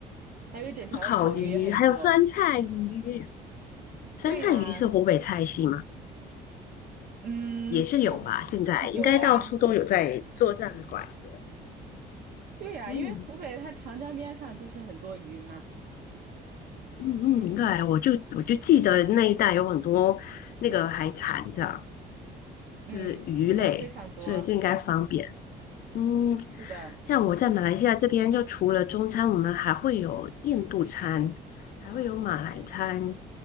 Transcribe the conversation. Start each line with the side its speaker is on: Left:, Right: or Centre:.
Right: 还有一整条的烤鱼也很多。
Left: 烤鱼，还有酸菜鱼。酸菜鱼是湖北菜系吗？
Right: 对呀，嗯，
Left: 也是有吧，
Right: 就
Left: 现在应该到处都有在做这样的馆子了
Right: 有啊，对呀，
Left: 嗯。
Right: 因为湖北它长江边上就是很多鱼嘛。
Left: 嗯嗯，对，我就我就记得那一带有很多那个海产，这样
Right: 嗯，
Left: 就是鱼类，
Right: 是的，非常多，
Left: 所以就应该方便。嗯，
Right: 是的，
Left: 像我在马来西亚这边，就除了中餐，我们还会有印度餐，还会有马来餐，